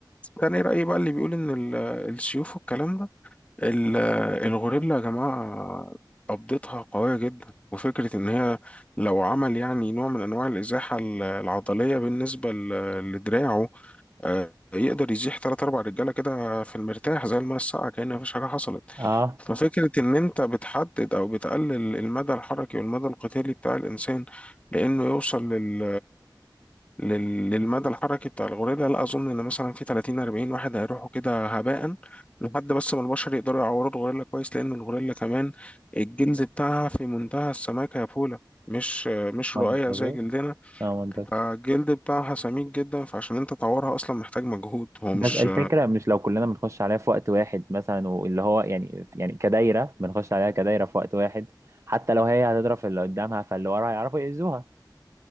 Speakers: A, on the left; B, on the right.
A: تاني رأي بقى اللي بيقول ان ال- السيوف والكلام ده ال- الغوريلا يا جماعة قبضتها قوية جدا وفكرة إن هي لو عمل يعني نوع من أنواع الإزاحة ال- العضلية بالنسبة ل- لدراعه آه، يقدر يزيح تلات أربع رجالة كده في المرتاح زي الماء الساقعة كأن مفيش حاجة حصلت
B: اه
A: ففكرة إن أنت بتحدد أو بتقلل المدى الحركي والمدى القتالي بتاع الإنسان لأنه يوصل لل لل- للمدى الحركي بتاع الغوريلا لا اظن ان مثلا في 30 40 واحد هيروحوا كده هباء لحد بس ما البشر يقدروا يعوروا الغوريلا كويس لان الغوريلا كمان الجلد بتاعها في منتهى السماكه يا بولا مش مش
B: منطقي
A: رقيق زي جلدنا
B: اه منطقي
A: فالجلد بتاعها سميك جدا فعشان انت تعورها اصلا محتاج مجهود هو مش
B: بس الفكرة مش لو كلنا بنخش عليها في وقت واحد مثلا واللي هو يعني يعني كدايرة بنخش عليها كدايرة في وقت واحد حتى لو هي هتضرب في اللي قدامها فاللي ورا هيعرفوا يأذوها